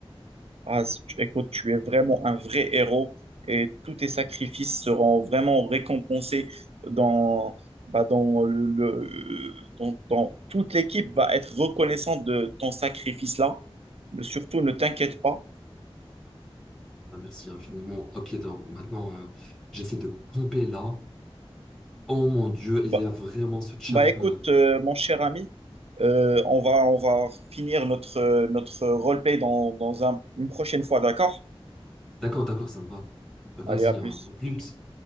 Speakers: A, on the right; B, in the centre.
A: Ah, c- tu- écoute, tu es vraiment un vrai héros et tous tes sacrifices seront vraiment récompensés dans, bah, dans le, le- dans, dans- toute l'équipe va être reconnaissante de ton sacrifice-là. Mais Surtout, ne t'inquiète pas.
B: Ah, merci infiniment. Ok, donc maintenant, euh, j'essaie de pomper là. Oh mon Dieu,
A: Bah,
B: il y a vraiment ce champ.
A: bah écoute,
B: euh.
A: euh, mon cher ami, euh, on va, on va finir notre, euh, notre roleplay dans, dans un- une prochaine fois, d'accord?
B: D'accord, d'accord, ça me va. Bah, Vas-y,
A: Allez, à plus.
B: hein, au plus.